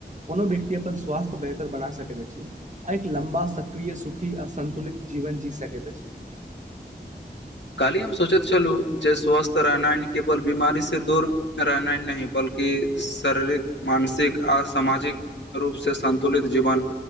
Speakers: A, on the right; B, on the left.
A: कोनो व्यक्ति अपन स्वासथ बेहतर बना सकैत अछि आ एक लम्बा सक्रिय सुखि की असन्तुलित जीवन जी सकै छी
B: काल्हि हम सोचैत छलहुू जे स्वस्थ रहनाइ केवल बीमारी से दूर रहनाइ नहि ब कि शारीरिक मानसिक आ सामाजिक रूपसँ सन्तुलित जीवन